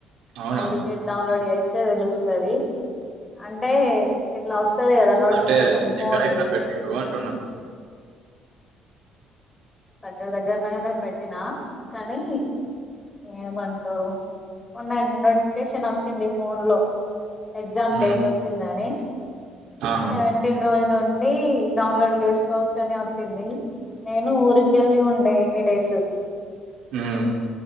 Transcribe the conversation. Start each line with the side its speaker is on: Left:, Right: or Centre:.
Right: అవునా
Left: హల్ టికెట్ డౌన్లోడ్ చేస్ తే తెలుస్తది అంటే ఇట్లా వ స్తది కదా నోటిఫికేషన్
Right: అంటే
Left: ఫోన్
Right: ఎక్కడెక్కడ
Left: లో
Right: పెట్టారు అంటున్నా
Left: దగ్గర దగ్గరలనే పెట్టినా కానీ ఏమంటారు మన్న నోటిఫికేషన్ వచ్చింది ఫోన్ లో ఎగ్జామ్
Right: మ్మ్.
Left: డేట్ వచ్చిందని
Right: ఆహా
Left: సెవెంటీన్ రోజు నుండి డౌన్లోడ్ చేసుకోవచ్చు అని వచ్చింది నేను ఊరికి కెళ్ళి ఉండే ఇన్నిడేస్
Right: మ్మ్.